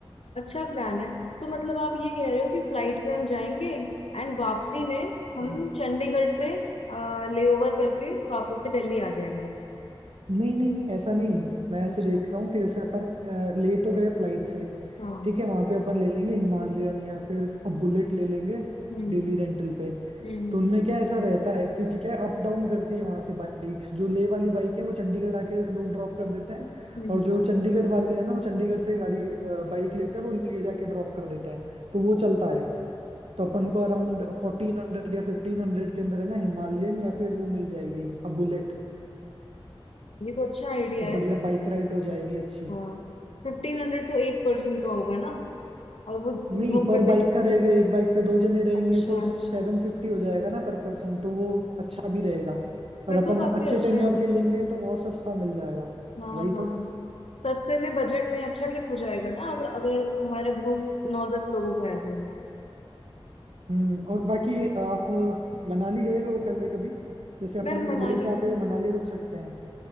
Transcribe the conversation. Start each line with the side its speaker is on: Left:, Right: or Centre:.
Left: अच्छा प्लान है तो मतलब आप ये कह रहे हो कि फ्लाइट से हम जाएंगे एंड वापसी में हम
Right: हम्म।
Left: चंडीगढ़ से लेओवर करके वापस से दिल्ली आ जाएंगे
Right: नहीं नहीं नहीं ऐसा नहीं मैं ऐसे
Left: अच्छा
Right: देख रहा हूँ कि जैसे अपन अ, ले तो गए फ्लाइट से
Left: हाँ
Right: ठीक है वहां पे अपन ले लेंगे हिमालयन या फिर बुलेट ले लेंगे
Left: हम्म
Right: डेली रेंटल पे
Left: हम्म
Right: तो उनमें क्या ऐसा रहता है क्योंकि क्या अप डाउन करती है वहां से बाइक्स जो ले वाली बाइक है वो चंडीगढ़ आके लोग ड्रॉप कर देते हैं
Left: हम्म
Right: और जो चंडीगढ़ वाले हैं ना वो चंडीगढ़ से गाड़ी बाइक लेते हैं और वो ले जाके ड्रॉप कर देते हैं तो वो चलता है तो अपन
Left: अच्छा,
Right: को अराउंड फोर्टीन हंड्रेड या फिफ्टीन हंड्रेड के अंदर है ना हिमालयन या फिर वो मिल जाएगी अब बुलेट
Left: ये तो अच्छा आइडिया
Right: तो
Left: है
Right: बढ़िया बाइक राइड हो जाएगी अच्छी
Left: हाँ फिफ्टीन हंड्रेड तो एक पर्सन का होगा ना और वो
Right: नहीं
Left: ग्रुप
Right: पर
Left: पे भी
Right: बाइक
Left: depend-
Right: का रहेगा एक बाइक पे दो जने रहेंगे
Left: अच्छा
Right: तो सेवन
Left: अच्छा
Right: फिफ्टी हो जाएगा ना पर पर्सन तो वो अच्छा भी रहेगा
Left: फिर
Right: और अपन
Left: तो काफी
Right: अच्छे
Left: अच्छा
Right: टेन्योर
Left: है
Right: के लेंगे तो वो और सस्ता मिल जाएगा
Left: हाँ
Right: वही
Left: हाँ
Right: तो
Left: सस्ते में बजट में अच्छा ट्रिप हो जाएगा ना अब अगर हमारा ग्रुप नौ दस लोगों का है तो
Right: हम्म और बाकी आप मनाली गए हुए हो पहले कभी जैसे अपन
Left: मैम मनाली
Right: लेह से आते हुए मनाली रुक सकते हैं